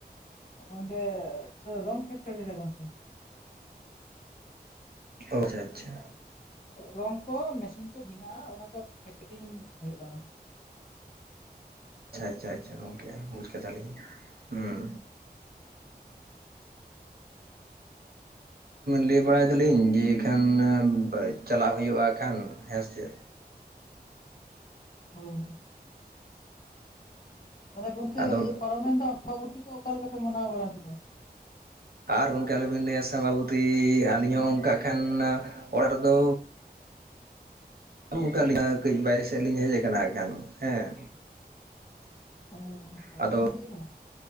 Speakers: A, on the left; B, on the right.
A: ᱚᱸᱰᱮ ᱨᱚᱝ ᱯᱷᱮᱠᱴᱚᱨᱤ ᱨᱮ ᱜᱚᱝᱠᱮ᱾
B: ᱟᱪᱪᱷᱟ ᱟᱪᱪᱷᱟ᱾
A: ᱨᱚᱝ ᱠᱚ ᱢᱮᱥᱤᱱ ᱛᱮ ᱵᱮᱱᱟᱜ-ᱟ ᱚᱱᱟ ᱠᱚ ᱯᱮᱠᱤᱝ ᱦᱩᱭᱩᱜ-ᱟ ᱚᱱᱟ ᱠᱚ᱾
B: ᱟᱪᱪᱷᱟ ᱟᱪᱪᱷᱟ ᱟᱪᱪᱷᱟ ᱜᱚᱝᱠᱮ ᱵᱩᱡᱽ ᱠᱟᱫᱟ ᱞᱤᱧ ᱦᱩᱸ᱾ ᱞᱟᱹᱭ ᱵᱟᱲᱟᱭ ᱫᱟᱞᱤᱧ ᱡᱮ ᱠᱷᱟᱱ ᱪᱟᱞᱟᱜ ᱦᱩᱭᱩᱜ-ᱟ ᱠᱷᱟᱱ ᱦᱮᱸᱥᱮ ᱪᱮᱫ?
A: ᱦᱳᱭ, ᱛᱟᱦᱮ ᱜᱚᱢᱠᱮ
B: ᱟᱫᱚ
A: ᱯᱟᱨᱚᱢᱮᱱ ᱫᱚ ᱟᱢᱵᱟᱵᱩᱴᱤ ᱠᱚ ᱚᱠᱟ ᱞᱮᱠᱟ ᱯᱮ ᱢᱟᱱᱟᱣ ᱵᱟᱲᱟ ᱠᱮᱫᱮᱭᱟ?
B: ᱟᱨ ᱜᱚᱝᱠᱮ ᱟᱞᱚᱵᱮᱱ ᱞᱟᱹᱭᱟ ᱥᱮ ᱟᱢᱵᱟᱹᱵᱩᱛᱤ ᱟᱹᱞᱤᱧ ᱦᱚᱸ ᱚᱱᱠᱟ ᱠᱷᱟᱱ ᱚᱲᱟᱜ ᱨᱮᱫᱚ ᱵᱟᱹᱱᱩᱜ ᱠᱟᱜ ᱞᱤᱧᱟᱹ ᱠᱟᱹᱡ ᱵᱟᱭᱨᱮ ᱥᱮᱫ ᱞᱤᱧ ᱦᱮᱡ ᱟᱠᱟᱱᱟ ᱟᱜᱠᱷᱟᱱ ᱦᱮᱸ᱾
A: ᱚ ᱵᱟᱭᱨᱮ
B: ᱟᱫᱚ
A: ᱵᱤᱱ ᱦᱮᱡ ᱠᱟᱱᱟ?